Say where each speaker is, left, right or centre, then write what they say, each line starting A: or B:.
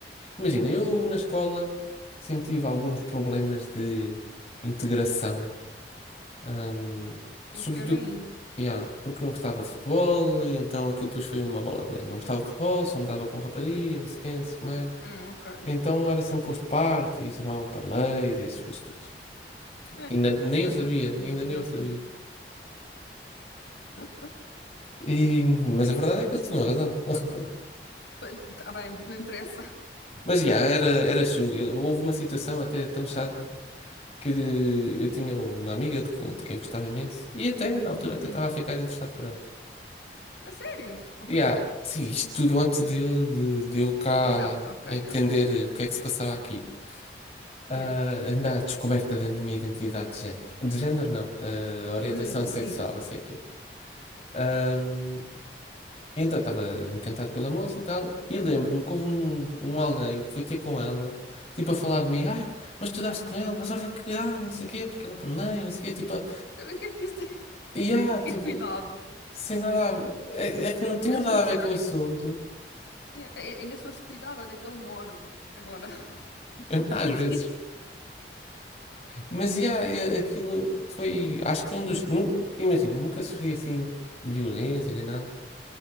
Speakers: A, on the left; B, on the left.
A: Imagina, eu na escola sempre tive alguns problemas de integração, hum, sobretudo
B: E pior ainda.
A: Yeah, porque não gostava de futebol, e então aquilo depois foi uma bola de neve. Não gostava de futebol, só me dava com rapariga, não sei quem, não sei o que mais.
B: Hum, ok.
A: Então era sempre posto de parte e chamavam-me parleiro e essas coisas todas.
B: É,
A: Ainda nem
B: crianças
A: eu sabia,
B: idiotas.
A: ainda nem eu sabia.
B: <laughs> Hã?
A: E, mas a verdade é que eles tinham razão. <laughs>
B: Pa- Tá bem, não interessa.
A: Mas já, era,
B: <laughs>
A: era chungo. Eu- Houve uma situação até tão chata que eh, eu tinha uma amiga de, que de que eu gostava imenso e até na altura até
B: Hum.
A: estava a ficar interessado por ela.
B: A sério? Ok.
A: E há, sim, isto tudo antes de eu, de, de eu cá
B: Exato, ok,
A: entender
B: ok.
A: o que é que se passava aqui. ah,
B: Yeah.
A: ainda à descoberta da minha identidade de género. De género, não, ah,
B: De-
A: orientação sexual,
B: sim.
A: isso é que é. Ahm, então, estava encantado pela moça e tal, e lembro-me que houve um, um alguém que foi ter com ela, tipo, a falar de mim, ah, mas tu daste com ele, mas olha que cuidado, não sei o quê, porque ela é paneleiro, não sei o quê, tipo, ah,
B: Então, e o que é que isso tem? <laughs>
A: e ah,
B: Porque
A: tipo,
B: cuidado.
A: sem nada a... é, é que não
B: Ainda
A: tinha nada
B: se fosse
A: a ver
B: género,
A: com
B: olha,
A: o assunto,
B: yeah, a- ainda se fosse cuidado, olha que ele morde. Agora.
A: <laughs> às
B: <laughs>
A: vezes. Mas, e ah, e- aquilo foi, acho que foi um dos, nu- imagina, nunca sofri assim de violência nem nada,